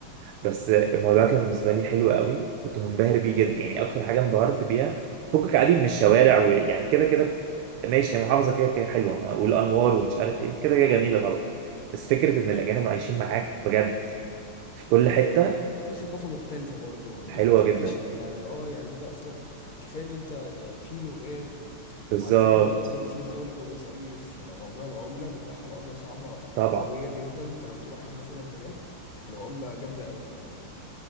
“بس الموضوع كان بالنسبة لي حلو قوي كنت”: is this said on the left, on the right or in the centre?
Right